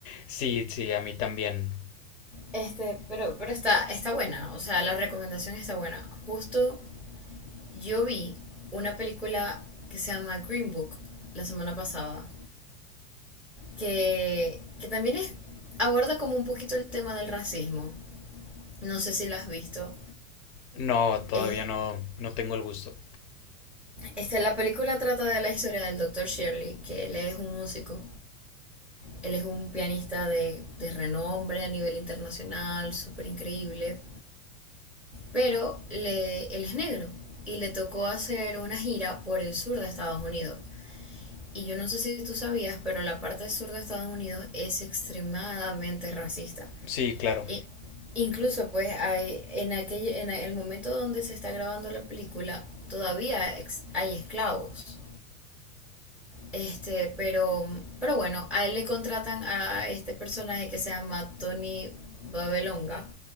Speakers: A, on the left (about 60°); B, in the centre.
A: sí, sí, a mí también.
B: Este, pero, pero está, está buena. O sea, la recomendación está buena. Justo yo vi una película que se llama Green Book la semana pasada. que, que también es, aborda como un poquito el tema del racismo. No sé si la has visto.
A: No, todavía
B: Es,
A: no, no tengo el gusto.
B: este, la película trata de la historia del doctor Shirley, que él es un músico. Él es un pianista de, de renombre a nivel internacional, súper increíble. Pero le, él es negro y le tocó hacer una gira por el sur de Estados Unidos. Y yo no sé si tú sabías, pero la parte sur de Estados Unidos es extremadamente racista.
A: Sí, claro.
B: I- incluso pues hay, en aquel, en el momento donde se está grabando la película todavía ex- hay esclavos. Este, pero, pero bueno, a él le contratan a este personaje que se llama Tony Babelonga,